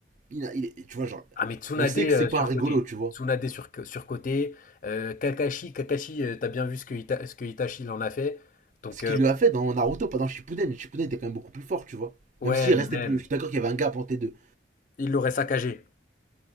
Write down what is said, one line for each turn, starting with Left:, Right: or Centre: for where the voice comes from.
Right: Il a- il est- tu vois, genre,
Left: Ah, mais Tsunade
Right: on sait
Left: euh,
Right: que c'est pas
Left: surcoté.
Right: un rigolo, tu vois.
Left: Tsunade sur, surcoté. Euh, Kakashi, Kakashi, euh, t'as bien vu ce que, Ita- ce que Itachi il en a fait. Donc,
Right: Ce
Left: euh,
Right: qu'il lui a fait dans Naruto, pas dans Shippuden. Shippuden était quand même beaucoup plus fort, tu vois.
Left: ouais,
Right: Même s'il
Left: mais
Right: restait
Left: même,
Right: plus. Je suis d'accord qu'il y avait un gap entre les deux.
Left: il l'aurait saccagé.